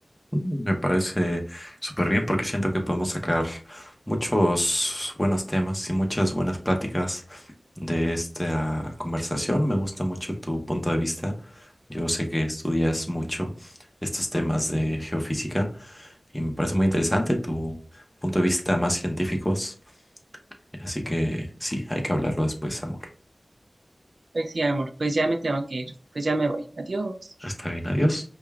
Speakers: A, on the left; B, on the right.
A: Me parece súper bien porque siento que podemos sacar muchos buenos temas y muchas buenas pláticas de esta conversación. Me gusta mucho tu punto de vista. Yo sé que estudias mucho estos temas de geofísica y me parece muy interesante tu punto de vista más científicos. Así que sí, hay que hablarlo después, amor.
B: Pues sí, amor, pues ya me tengo que ir, pues ya me voy, adiós.
A: Está bien, adiós.